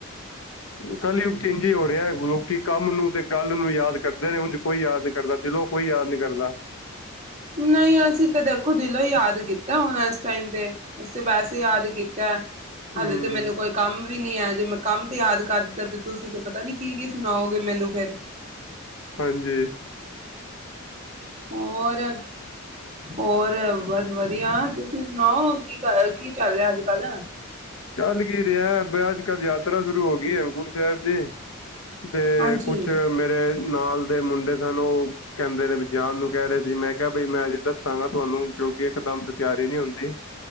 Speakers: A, on the right; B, on the left.
A: <inaudible>
B: ਕੱਲਯੁਗ ਚ ਇਂਜੇ ਈ ਹੋਰੇਐ, ਲੋਕੀ ਕੰਮ ਨੂੰ, ਤੇ ਗੱਲ ਨੂੰ ਯਾਦ ਕਰਦੇ ਨੇ, ਓਂਜ ਕੋਈ ਯਾਦ ਨੀ ਕਰਦਾ। ਦਿਲੋਂ ਕੋਈ ਯਾਦ ਨਹੀਂ ਕਰਦਾ।
A: ਨਹੀਂ ਅਸੀਂ ਤਾਂ ਦੇਖੋ ਦਿਲੋਂ ਹੀ ਯਾਦ ਕੀਤਾ ਹੁਣ। ਟਾਈਮ ਤੇ ਅਸੀਂ ਵੈਸੇ ਯਾਦ ਕੀਤਾ
B: ਹੂੰ,
A: ਹਾਲੇ ਤੇ ਮੈਨੂੰ ਕੋਈ ਕੰਮ ਵੀ ਨੀ ਹੈ ਜੇ ਮੈਂ ਕੰਮ ਤੇ ਯਾਦ ਕਰ ਦਿੱਤੈ, ਤੇ ਤੁਸੀ ਤੇ ਪਤਾ ਨੀ ਕੀ-ਕੀ ਸੁਨਾਓਗੇ ਮੈਨੂੰ ਫੇਰ।
B: ਹਾਂਜੀ।
A: ਹੋਰ, ਹੋਰ ਬਸ ਵਧੀਆ। ਤੁਸੀ ਸੁਨਾਓ, ਕੀ ਕਰ, ਕੀ ਚੱਲ ਰੇਆ ਅੱਜ ਕੱਲ?
B: ਚੱਲ ਕੀ ਰੇਆ, ਬਏ ਅੱਜ-ਕੱਲ ਯਾਤਰਾ ਸ਼ੁਰੂ ਹੋਗੀ ਏ ਹੇਮਕੁੰਟ ਸੈਬ ਦੀ। ਤੇ
A: ਹਾਂਜੀ-ਹਾਂਜੀ
B: ਕੁੱਛ ਮੇਰੇ ਨਾਲ ਦੇ ਮੁੰਡੇ ਸਨ, ਓ ਕਹਿੰਦੇ ਨੇ ਵੀ ਜਾਨ ਨੂੰ ਕਹਿ ਰਹੇ ਸੀ, ਮੈਂ ਕਿਹਾ ਬਈ ਮੈਂ ਅਜੇ ਦੱਸਾਂਗਾ ਤੁਹਾਨੂੰ, ਕਿਉਂਕਿ ਇੱਕ ਦਮ ਤੇ ਤਿਆਰੀ ਨਹੀਂ ਹੁੰਦੀ।